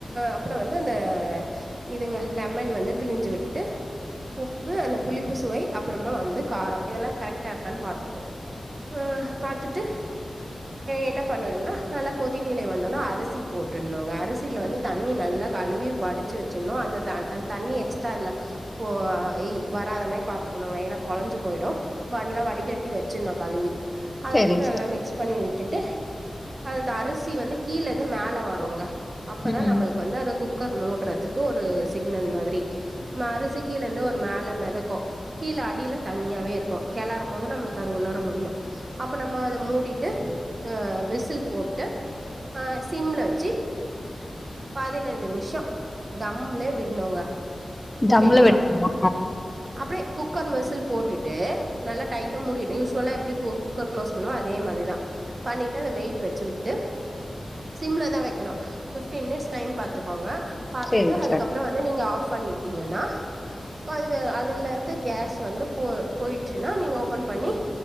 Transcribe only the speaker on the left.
சரி
சரி
ம்
தம்ல வெட்டணுமா
சரி
சரி